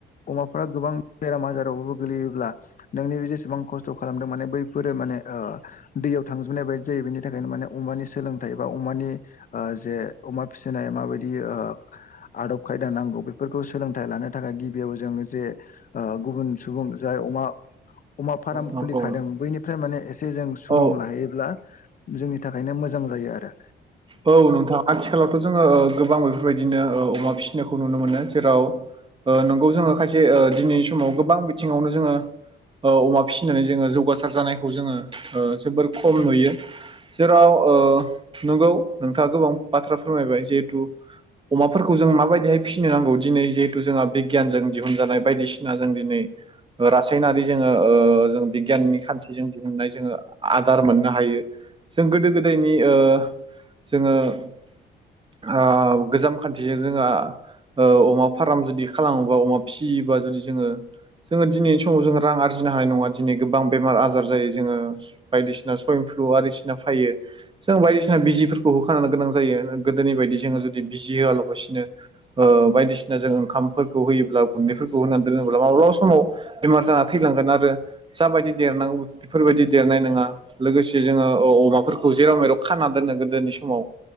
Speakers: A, on the left (about 45°); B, on the right (about 25°).
A: अमाफोरा गोबां बेराम आजारावबो गोलैयोब्ला नोंनि जेसेबां खस्थ' खालामदों माने बैफोरो माने ओह दैयाव थांजोबनाय बायदजि जायो बेनि थाखायनो माने अमानि सोलोंथाइ बा अमानि ओ जे अमा फिसिनाय माबायदि ओ आदब खायदा नांगौ बेफोरखौ सोलोंथाइ लानो थाखाय गिबियाव जों जे ओ गुबुन सुबुं जाय अमा अमा फाराम
B: नंगौ
A: खुलिखादों बैनिफ्राय माने एसे जों सुलुं
B: औ
A: लाहैयोब्ला जोंनि थाखायनो मोजां जायो आरो।
B: औ नोंथां आथिखालावथ' जोङो ओ गोबां बेफोरबायदिनो ओ अमा फिसि सिनायखौ नुनो मोनो जेराव ओ नोंगौ जोङो खायसे ओ दिनैनि समाव गोबां बिथिङावनो जोङो ओ अमा फिसिनानै जोङो जौगासार जानायखौ जोङो ओ जोबोर खम नुयो। जेराव ओ नंगौ नोंथाङा गोबां बाथ्रा फोरमायबाय जिहेथु अमाफोरखौ जों माबायदिहाय फिसिनो नांगौ दिनै जिहेथु जोंहा बिगियानजों दिहुनजानाय बायदिसिना जों दिनै रासायनारि जोङो ओ जों बिगियाननि खान्थिजों दिहुननाय जोङो आदार मोननो हायो। जों गोदो गोदायनि ओ जोङो ओ गोजाम खान्थिजों जोङो ओ अमा फार्म जुदि खालामोबा अमा फिसियोबा जुदि जोङो जोङो दिनैनि समाव जोङो रां आरजिनो हानाय नङा। दिनै गोबां बेमार आजार जायो जोङो बायदिसिना सुवइन फ्लु बदिसिना फायो जों बायदिसिना बायदिसिना बिजिफोरखौ होखानो गोनां जायो गोदोनि बायदि जोङो जुदि बिजि होआलाबसिनो ओ बायदिसिना सिना जों ओंखामफोरखौ होयोब्ला गुन्दैफोरखौ होनानै दोनोब्ला माब्लाबा समाव बेमार जाना थैलांगोन आरो। जाबायदि देरनांगौ बेफोरबायदि देरनाय नङा लोगोसे जोङो अ-अमाफोरखौ जेराव मेराव खाना दोननो गोदोनि समाव